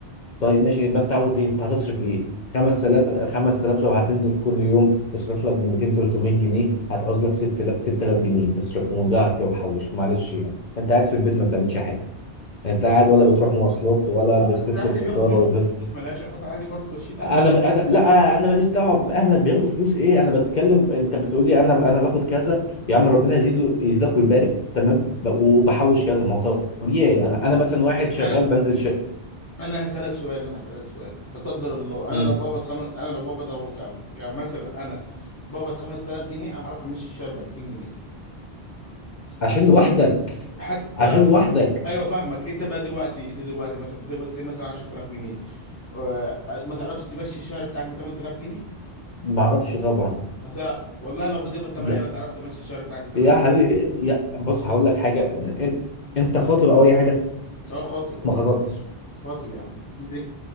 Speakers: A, on the left (about 50°); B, on the left (about 15°).
A: طيب ماشي يبقى انت عاوز ايه انت هتصرف ايه 5000 5000 لو هتنزل كل يوم تصرف لك 200 300 جنيه هتعوز لك 6000 6000 جنيه تصرفهم وده هتحوش معلش يعني انت قاعد في البيت ما بتعملش حاجه انت قاعد ولا بتروح مواصلات ولا
B: لا
A: بتطلب
B: بس اهلي
A: فطار
B: بياخدوا مني
A: ولا بتطلب
B: فلوس ملهاش علاقه اهلي برضو بشيل اهلي
A: انا انا لا انا ماليش دعوه باهلك بياخدوا فلوس ايه انا بتكلم انت بتقول لي انا انا باخد كذا يا عم ربنا يزيده يزيدك ويبارك تمام ب- وبحوش كذا ما هو طبيعي انا انا مثلا واحد شغال
B: انا
A: بنزل شقه
B: انا هسالك سؤال انا هسالك سؤال لا قدر الله انا
A: مم.
B: لو بقبض خمس انا لو بقبض اهو كم كمثلا انا بقبض 5000 جنيه اعرف امشي الشهر ب 2000 جنيه
A: عشان
B: انت فاهم
A: لوحدك
B: في- حتى
A: عشان
B: لو
A: لوحدك
B: ايوه فاهمك انت بقى دلوقتي انت دلوقتي مثلا بتقبض سي مثلا 10000 جنيه آه، ما تعرفش تمشي الشهر بتاعك ب 8000 جنيه
A: ما اعرفش طبعا
B: هتعرف والله لو بتقبض 8
A: لا
B: لا تعرف تمشي الشهر بتاعك ب 8000
A: يا حبيبي يا بص هقول لك حاجه إن- انت خاطب او اي حاجه
B: اه خاطب اكيد
A: ما خطبتش
B: خاطب يا عم <laughs> ليه